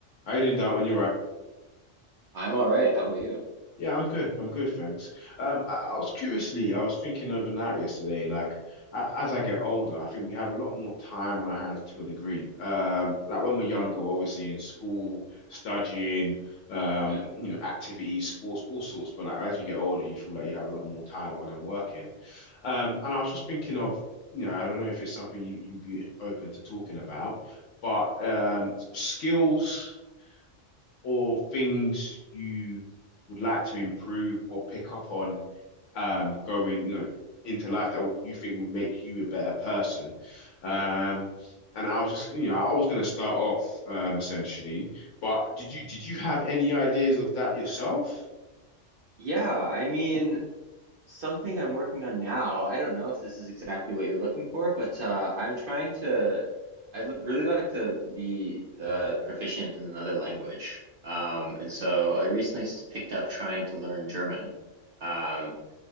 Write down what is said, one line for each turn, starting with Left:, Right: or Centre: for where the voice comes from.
Left: How you doing, Dalton? You're right.
Right: I'm all right. How about you?
Left: Yeah, I'm good. I'm good, thanks. Um, I, I was curiously, I was thinking overnight yesterday, like a- as I get older, I think we have a lot more time on our hands to a degree. Um, like when we're younger,
Right: hmm
Left: we're obviously in school, studying, um,
Right: Yeah.
Left: you know, activities, sports, all sorts. But like as you get older, you feel like you have a lot more time other than working. Um, and I was just thinking of, you know, I don't know if it's something you you'd be open to talking about, but um, skills. or things you would like to improve or pick up on um, going you know, into life that you think would make you a better person? Um,
Right: Yeah.
Left: and I was just, you know, I was going to start off um, essentially, but did you did you have any ideas of that yourself?
Right: Yeah. I mean, something I'm working on now. I don't know if this is exactly what you're looking for, but uh, I'm trying to, I'd l- really like to be uh, proficient in another language. Um,
Left: Ooh,
Right: and so I recently s- picked up trying to learn German. Um,